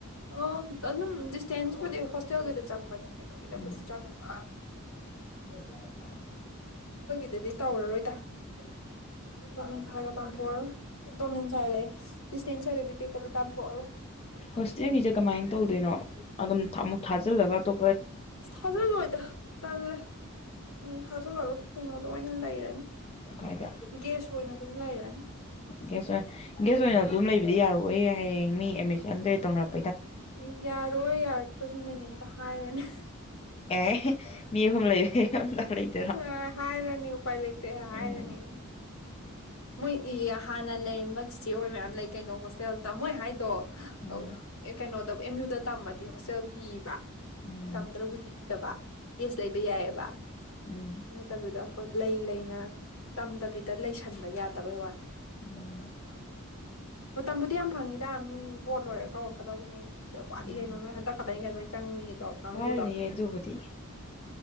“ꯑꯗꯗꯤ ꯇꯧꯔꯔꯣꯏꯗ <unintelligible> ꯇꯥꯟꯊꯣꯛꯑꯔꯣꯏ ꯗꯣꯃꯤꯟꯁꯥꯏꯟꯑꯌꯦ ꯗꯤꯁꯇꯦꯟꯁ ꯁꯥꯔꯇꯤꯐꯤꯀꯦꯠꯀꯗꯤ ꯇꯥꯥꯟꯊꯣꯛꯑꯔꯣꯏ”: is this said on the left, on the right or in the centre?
Left